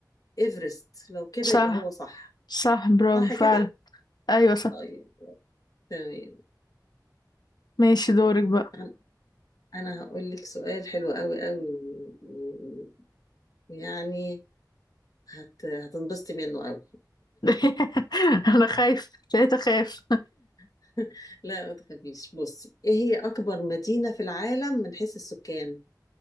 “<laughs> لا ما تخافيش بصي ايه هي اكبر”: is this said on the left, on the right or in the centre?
Left